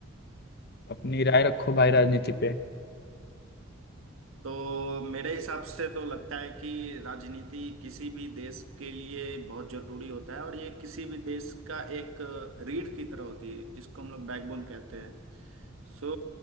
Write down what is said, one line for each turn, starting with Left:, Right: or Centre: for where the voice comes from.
Left: अपनी राय रखो भाई राजनीति पे
Right: तो मेरे हिसाब से तो लगता है कि राजनीति किसी भी देश के लिए बहुत जरूरी होता है और ये किसी भी देश का एक रीढ़ की तरह होती है जिसको हम लोग बैकबोन कहते हैं सो